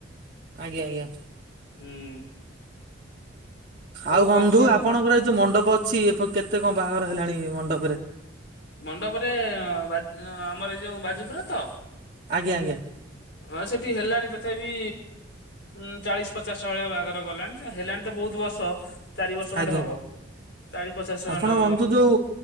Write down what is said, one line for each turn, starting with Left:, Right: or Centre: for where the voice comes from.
Right: ଆଜ୍ଞା, ଆଜ୍ଞା।
Left: ହୁଁ
Right: ଆଉ
Left: କଣ
Right: ବନ୍ଧୁ
Left: କୁହନ୍ତୁ?
Right: ଆପଣଙ୍କର ଏ ଯୋଉ ମଣ୍ଡପ ଅଛି ଏ କେତେ କଣ ବାହାଘର ହେଲାଣି ମଣ୍ଡପରେ।
Left: ମଣ୍ଡପରେ ବା ଆମର ଏଇ ଯୋଉ ବାଜୁପୁରେ ତ।
Right: ଆଜ୍ଞା ଆଜ୍ଞା
Left: ହଁ ସେଠି ହେଲାଣି ତଥାପି ଉଁ ଚାଳିଶ। ପଚାଶ ଟା ଭଳିଆ ବାହାଘର ଗଲାଣି ଜା ହେଲାଣି ତ ବହୁତ ବର୍ଷ। ଚାରି ବର୍ଷ ଖଣ୍ଡେ
Right: ଆଜ୍ଞା
Left: ହବ ଚାଳିଶ ପଚାଶ
Right: ଆପଣ
Left: ଖଣ୍ଡ
Right: ବନ୍ଧୁ ଯୋଉ